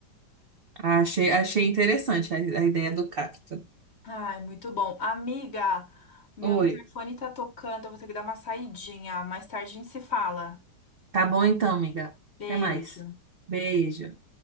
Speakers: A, on the right; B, on the left.
A: Achei, achei interessante a, a ideia do cacto.
B: Ai, muito bom. Amiga, meu
A: Oi.
B: interfone tá tocando. Eu vou ter que dar uma saidinha. Mais tarde a gente se fala.
A: Tá bom então, amiga.
B: Beijo.
A: Até mais. Beijo.